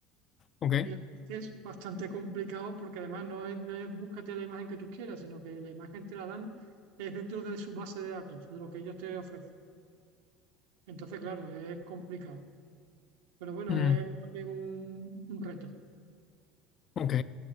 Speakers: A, on the left; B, on the right.
A: ok,
B: Y la verdad es que es bastante complicado porque además no es, no es búscate la imagen que tú quieras, sino que la imagen te la dan es dentro de su base de datos, de lo que ellos te ofrecen. Entonces, claro, es complicado. Pero bueno,
A: mm,
B: es también un, un reto.
A: ok.